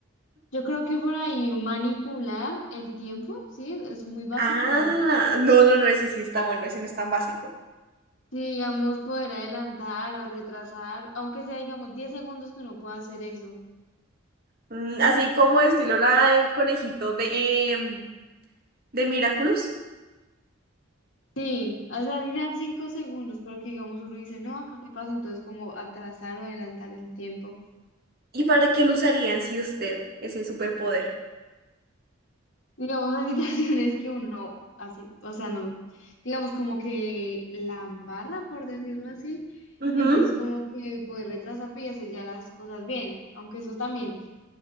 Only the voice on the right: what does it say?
Ah,
no, no, no, ese sí está bueno, ese no es tan básico.
Mm, Así como estilo la del conejito de, mm, de Miraculous.
¿Y para qué lo usarían si usted ese superpoder?
Ujú.